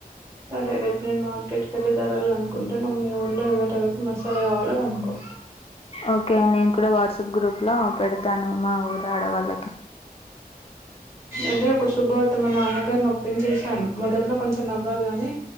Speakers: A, on the right; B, on the left.
A: సరే రేపు నేను మార్కెట్కి వెళ్ళి ధరాలి అనుకుంటే నువ్వు మీ ఊర్లో ఎవరిెవరికి మసాలా కావాలో అనుకో
B: ఓకే నేను కూడా వాట్సాప్ గ్రూప్ లో పెడతాను మా ఊరు ఆడవాళ్ళకి
A: అదే ఒక శుభార్త మా నాన్నగారి నొప్పిం చేసాను మొదట్లో కొంచెం నవ్వరు గాని